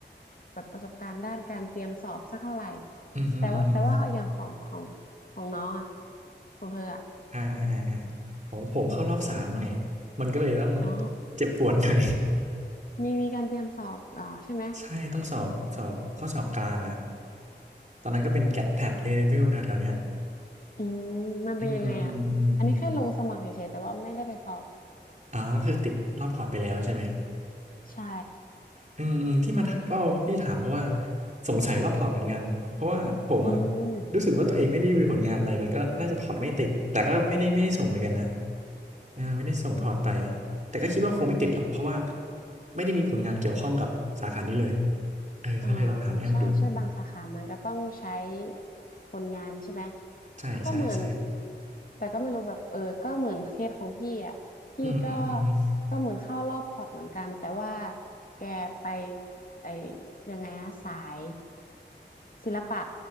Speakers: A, on the left; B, on the right.
A: แบบประสบการณ์ด้านการเตรียมสอบสักเท่าไหร่
B: อืมฮึอืมฮึ
A: แต่ว่าแต่ว่าอย่างของของของน้องอะของเธออะ
B: อ่าอ่าอ่าอ่าผมผมเข้ารอบสามไงมันก็เลยต้อง
A: อ๋อ
B: เจ็บปวดหน่อย
A: มีมีการเตรียมสอบเหรอใช่ไหม
B: ใช่ต้องสอบสอบข้อสอบกลางอะตอนนั้นก็เป็นแกดแพดเอเ v e วแถวๆเนี้ย
A: อืมมันเป็นยังไงอ่ะอันนี้แค่ลงสมัครเฉยๆแต่ว่าไม่ได้ไปสอบ
B: อืมอืมอืมอืมอ๋อคือติดรอบพอร์ตไปแล้วใช่ไหม
A: ใช่
B: อืมอืมที่มันก็ที่ถามเพราะว่าสงสัยรอบพอร์ตเหมือนกัน เพราะว่าผมอะ
A: อืม
B: รู้สึกว่าตัวเองไม่ได้มีผลงานอะไรมันก็น่าจะพอร์ตไม่ติดแต่ก็ไม่ได้ไม่ได้ส่งเหมือนกันนะอ่าไม่ได้ส่งพอร์ตไปแต่ก็คิดว่าคงไม่ติดหรอกเพราะว่าไม่ได้มีผลงานเกี่ยวข้องกับสาขานี้เลยเออก็เลยลองถามแอมดู
A: อ่าเออใช่ใช่บางสาขามันก็ต้องใช้คนงานใช่ไหม
B: ใช่ใช่ใช่
A: ก็เหมือนแต่ก็ไม่รู้แบบเออก็เหมือนเคสของพี่อ่ะพี่ก็
B: อืมอืมอืมอม
A: ก็เหมือนเข้ารอบพอร์ตเหมือนกันแต่ว่าแกไปไอยังไงอะสาย ศิลปะ